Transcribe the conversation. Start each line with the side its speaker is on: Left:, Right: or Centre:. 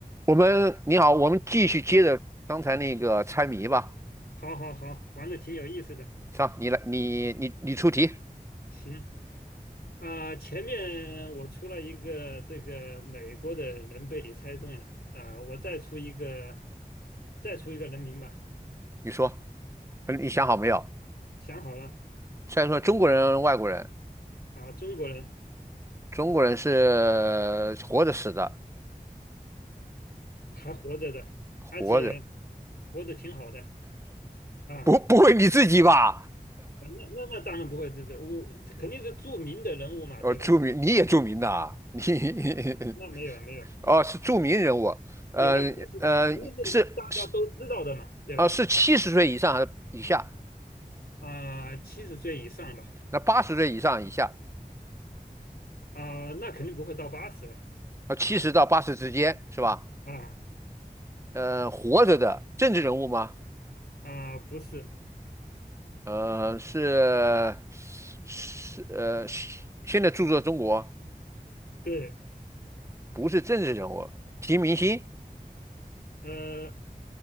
Right: 我们你好，我们继续接着刚才那个猜谜吧。
Left: 好，好，好，玩的挺有意思的。
Right: 上，你来，你你你出题，
Left: 行，啊、前面我出了一个这个美国的人被你猜中了，啊、我再出一个，再出一个人名吧。
Right: 你说，呃你想好没有？
Left: 想好了，
Right: 再说中国人、外国人，
Left: 啊、中国人
Right: 中国人是呃活着死的，
Left: 还活着的，
Right: 活着，
Left: 而且活得挺好的啊。
Right: 不不会你自己吧？
Left: 那那那当然不会这这，我肯定是著名的人物嘛，
Right: 哦，
Left: 对吧？
Right: 著名，你也著名的啊，你
Left: 嗯，那那没有没有啊，
Right: <laughs> 哦是著名人物，呃呃是是
Left: 对，那肯定是肯定是大家都知道的嘛，对吧？
Right: 呃是七十岁以上还是以下？
Left: 啊、七十岁以上吧。
Right: 那八十岁以上以下，
Left: 啊、那肯定不会到八十了
Right: 呃七十到八十之间是吧？
Left: 啊
Right: 呃，活着的政治人物吗？
Left: 啊、不是，
Right: 呃，是是呃，是现在著作中国
Left: 对，
Right: 不是政治人物，提明星、
Left: 呃，